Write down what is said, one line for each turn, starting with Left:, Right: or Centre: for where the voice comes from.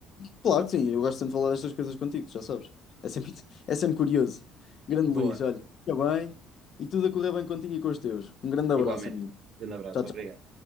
Left: claro que sim, eu gosto sempre de falar destas coisas contigo, tu já sabes. É sempre, é sempre curioso. Grande
Right: Boa,
Left: Luís, olha, fica bem e tudo a correr bem contigo e com os teus. Um grande abraço,
Right: igualmente.
Left: amigo.
Right: Grande abraço,
Left: Tchau, tchau.
Right: obrigado.